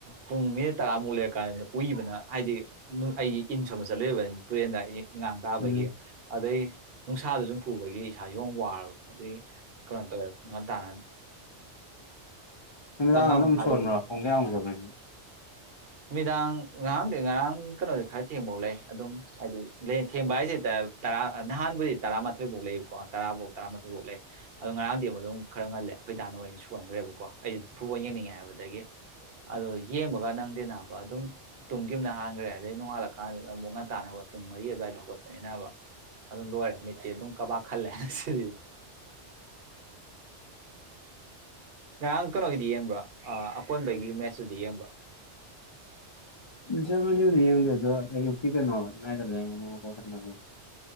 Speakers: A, on the right; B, on the left.
A: ꯀꯨꯡꯃꯤ ꯇ ꯑꯃꯣꯜ ꯑꯦ ꯀ ꯎꯏꯕꯅ ꯍꯥꯏꯗꯤ ꯑꯩꯒꯤ ꯏꯟ ꯁꯣꯕ ꯆꯠꯂꯨꯕꯅꯤ ꯇꯨꯔꯦꯟꯗ ꯑꯩ ꯏꯉꯥꯡ ꯇꯥꯕꯒꯤ
B: ꯎꯝ
A: ꯑꯗꯩ ꯅꯨꯡꯁꯥꯗ ꯁꯨꯝ ꯐꯨꯕꯒꯤ ꯏꯁꯥꯁꯨ ꯑꯃ ꯋꯥꯔꯕ ꯑꯗꯨꯏ ꯀꯩꯅꯣ ꯇꯧꯋꯦ ꯇꯅ
B: ꯅꯨꯃꯤꯗꯥꯡ
A: ꯑꯃ
B: ꯑꯗꯨꯝ
A: ꯊꯥꯗꯕꯤ
B: ꯁꯣꯟꯕ꯭ꯔꯣ ꯄꯨꯡ ꯀꯌꯥꯃꯨꯗꯕꯅ
A: ꯅꯨꯃꯤꯗꯥꯡ ꯉꯔꯥꯡꯗꯤ ꯉꯔꯥꯡ ꯀꯩꯅꯣꯗꯤ ꯈꯔ ꯊꯦꯡꯕꯧ ꯂꯩ ꯑꯗꯨꯝ ꯍꯥꯏꯗꯤ ꯊꯦꯡꯕ ꯍꯥꯏꯁꯤꯦꯗꯤ ꯇꯔꯥ ꯅꯍꯥꯟꯕꯨꯗꯤ ꯇꯔꯥꯃꯥꯊꯣꯏꯐꯥꯎ ꯂꯩꯌꯀꯣ ꯇꯔꯥꯐꯧ ꯇꯔꯥꯃꯊꯣꯏꯐꯥꯎ ꯂꯩ ꯑ ꯑꯗꯨꯣ ꯉꯔꯥꯡꯗꯤ ꯑꯃ ꯑꯗꯨꯝ ꯈꯔ ꯉꯜꯂꯦ ꯑꯩꯈꯣꯏ ꯇꯥꯟꯅꯕ ꯍ ꯑꯣꯏꯅ ꯁꯣꯟꯅꯈ꯭ꯔꯦꯕꯀꯣ ꯑꯩꯗꯤ ꯐꯨꯠꯕꯣꯜꯡ ꯅꯤꯡꯉ ꯍꯥꯏꯕꯗꯒꯤ ꯑꯗꯨ ꯌꯦꯡꯕꯒ ꯅꯪꯗꯤꯦꯅꯥꯅꯕ ꯑꯗꯨꯝ ꯇꯨꯡꯒꯤ ꯑꯃꯅ ꯍꯥꯟꯈ꯭ꯔꯦ ꯑꯗꯩ ꯅꯣꯡꯉꯥꯜꯂꯀꯥꯟꯗ ꯑꯃꯨꯛ ꯉꯟꯇꯥꯟꯅꯅ ꯍꯧꯒꯠ ꯄꯨꯡ ꯃꯔꯤ ꯑꯗꯨꯋꯥꯏꯗ ꯍꯧꯒꯠꯄꯅꯤꯅꯕ ꯑꯗꯨꯝ ꯂꯣꯏꯔꯦ ꯃꯤꯠꯇꯦ ꯑꯗꯨꯝ ꯀ ꯑꯂꯦ ꯁꯤ ꯉꯔꯥꯡ ꯀꯩꯅꯣꯒꯤꯗꯤ ꯌꯦꯡꯕ꯭ꯔꯥ ꯑꯀꯣꯟꯕꯒꯤ ꯃꯦꯠꯁꯇꯨꯗꯤ ꯌꯦꯡꯕ꯭ꯔꯥ
B: ꯖꯃ ꯌ ꯌꯦꯡꯗ ꯑꯗꯨꯣ ꯀ ꯀꯩꯅꯣ